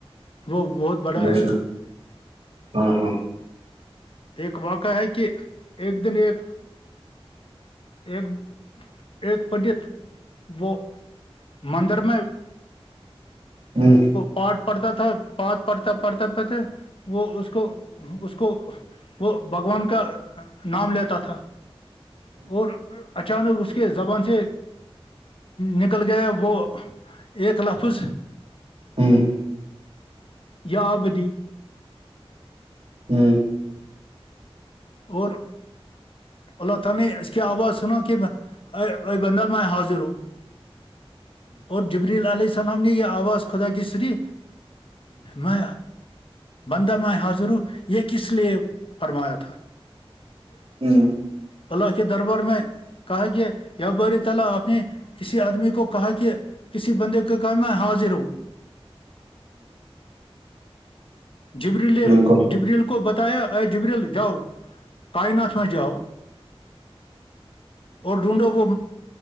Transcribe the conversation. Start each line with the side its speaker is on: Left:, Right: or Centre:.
Left: وہ بہت بڑا
Right: بے
Left: ہے
Right: شک ہاں ہاں
Left: ایک واقع ہے کہ ایک دن ایک ایک ایک پنڈت وہ مندر میں
Right: <unintelligible>
Left: پارٹ پڑھتا تھا پھ پڑھتا پڑھتا پڑھتا وہ اس کو اس کو وہ بھگوان کا نام لیتا تھا اور اچانک اس کے زبان سے نکل گیا وہ ایک لفظ
Right: <unintelligible>
Left: یہ ابدی
Right: <unintelligible>
Left: اور اللہ تعی اس کی آواز سناو کہ ا ارے بندہ میں حاضر ہوں اور جبریل علیہ السلام نے یہ آواز خدا کی سنی میں بندہ میں حاضر ہ یہ کس لیے فرمایا تھا
Right: <unintelligible>
Left: پل کہ دربر میں <unintelligible> کسی بندے کے کہم میں حاضر ہوں جبریل
Right: بالکل
Left: جبریل کو بتایا اے جبریل جاؤ کائنات میں جاؤ اور ڈھونڈو وہ